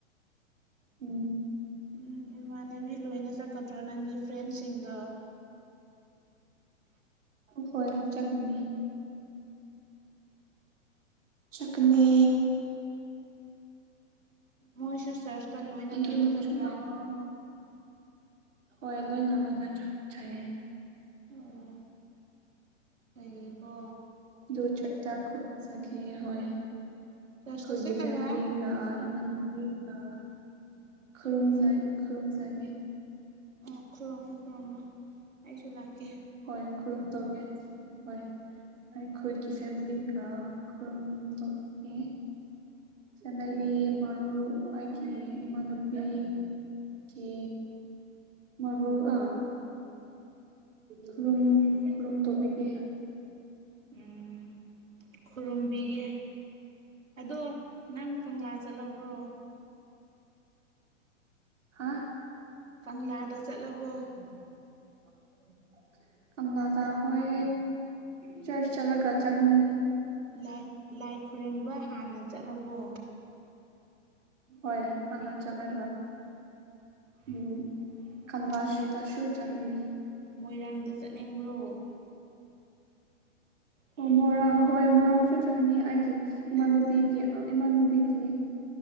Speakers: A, on the right; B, on the right.
A: ꯎꯨꯝ꯫
B: ꯎꯝ ꯏꯃꯥꯟꯅꯕꯤ ꯂꯣꯏꯅ ꯆꯠꯀꯗ꯭ꯔꯣ ꯅꯪꯒꯤ ꯐ꯭ꯔꯦꯟꯁꯤꯡꯗꯣ꯫
A: ꯍꯣꯏ ꯆꯠꯀꯅꯤ꯫ ꯆꯠꯀꯅꯤ꯫
B: ꯎꯝ ꯃꯣꯏꯁꯨ ꯆꯔꯆꯇ ꯂꯣꯏꯅ
A: ꯑꯗꯨ
B: ꯂꯣꯏꯅ
A: ꯅꯪꯁꯨ
B: ꯆꯠꯄ꯭ꯔꯥ꯫
A: ꯂꯥꯛꯑꯣ ꯍꯣꯏ ꯂꯣꯏꯅ ꯂꯣꯏꯅ ꯆꯠꯆꯌꯦ꯫
B: ꯑꯣ ꯐꯩꯌꯦꯀꯣ
A: ꯗꯣ ꯆꯔ ꯆ ꯈꯨ ꯆꯠꯅꯤ ꯍꯣꯏ꯫
B: ꯆꯔꯆꯇ
A: ꯑꯩꯈꯣꯏꯒꯤ
B: ꯆꯠꯂꯒ
A: ꯐꯦꯃꯤꯂꯤꯒ ꯏꯃꯥꯟꯅꯄꯤꯒ ꯈꯨꯔꯨꯝꯖꯩ ꯈꯨꯔꯨꯝꯖꯒꯦ
B: ꯑꯣ ꯈꯨꯔꯨꯝꯃꯣ ꯈꯨꯔꯨꯝꯃꯣ ꯑꯩꯁꯨ ꯂꯥꯛꯀꯦ
A: ꯍꯣꯏ ꯈꯨꯔꯨꯝ ꯇꯧꯒꯦ ꯍꯣꯏ ꯑꯩꯈꯣꯏꯒꯤ ꯐꯦꯃꯤꯂꯤ ꯀ ꯈꯨꯨꯔꯨꯝꯊꯣꯛꯀꯦ ꯐꯦꯃꯤꯂꯤ ꯃꯔꯨꯞ ꯑꯩꯒꯤ ꯏꯃꯥꯟꯅꯄꯤ ꯀꯤ ꯃꯔꯨ ꯑꯥ ꯈꯨꯔꯨꯝ ꯈꯨꯔꯨꯝ ꯇꯧꯕꯤꯒꯦ
B: ꯎꯝ ꯈꯨꯔꯨꯝꯕꯤꯒꯦ ꯑꯗꯣ ꯅꯪ ꯀꯪꯂꯥ ꯆꯠꯂꯕ꯭ꯔꯣ
A: ꯍꯥ
B: ꯀꯪꯂꯥꯗ ꯆꯠꯂꯕꯣ
A: ꯎꯨꯝ <unintelligible> ꯀꯪꯂꯥꯗ ꯍꯣꯏ ꯆ꯭ꯔꯁ ꯆꯠꯂꯒ ꯆꯒꯅꯤ
B: ꯂꯥꯏ ꯂꯥꯏ ꯈꯨꯔꯝꯕ ꯍꯥꯟꯅ ꯆꯠꯂꯕꯣ
A: ꯍꯣꯏ ꯍꯥꯟꯅ ꯆꯠꯒ ꯎꯝ ꯀꯂꯥꯁꯇꯁꯨ
B: ꯃꯣꯏ
A: ꯆꯠꯀꯅꯤ
B: ꯃꯣꯏꯔꯥꯡꯗ ꯆꯠꯅꯤꯡꯕ꯭ꯔꯣ
A: ꯑꯣ ꯃꯣꯏꯔꯥꯡ ꯍꯣꯏ ꯃꯣꯏꯔꯥꯡꯁꯨ ꯆꯪꯅꯤ ꯑꯩꯒꯤ ꯏꯃꯥꯟꯅꯨꯕꯤꯒꯤ ꯑꯥ ꯏꯃꯥꯟꯅꯨꯕꯤꯒꯤ